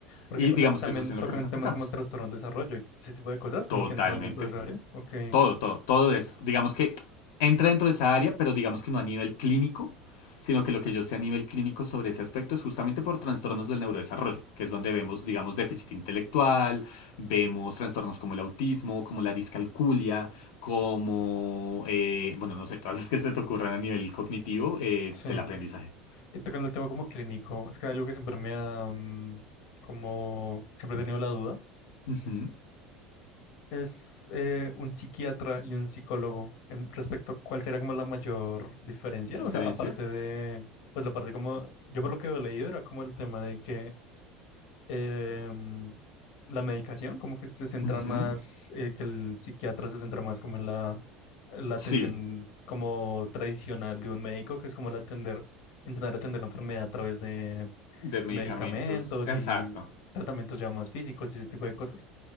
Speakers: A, on the left (about 55°); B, on the left (about 75°).
A: Porque,
B: y
A: o
B: digamos
A: sea, también
B: que eso es en
A: tocan
B: lo que nos enfocamos.
A: temas como el trastorno del desarrollo y ese tipo de cosas, como
B: Totalmente.
A: que entran dentro de esa área. Ok,
B: Todo, todo, todo eso. Digamos que entra dentro de esa área, pero digamos que no a nivel clínico, sino que lo que yo sé a nivel clínico sobre ese aspecto es justamente por trastornos del neurodesarrollo, que es donde vemos, digamos, déficit intelectual, vemos trastornos como el autismo, como la discalculia, como, eh, bueno, no sé, todas las que se te ocurran a nivel cognitivo eh,
A: sí.
B: del aprendizaje.
A: Y tocando el tema como clínico, es que algo que siempre me ha, mm, como siempre he tenido la duda,
B: Ujú.
A: es eh, un psiquiatra y un psicólogo en respecto a cuál será como la mayor diferencia,
B: ¿Diferencia?
A: o sea, aparte de, pues la parte como, yo por lo que he leído era como el tema de que em, la medicación, como que se centran
B: Ujú.
A: más, eh, que el psiquiatra se centra más como en la, la atención
B: Sí,
A: como tradicional de un médico, que es como el atender, intentar atender la enfermedad a través de
B: de medicamentos.
A: medicamentos
B: Exacto.
A: y tratamientos ya más físicos y ese tipo de cosas.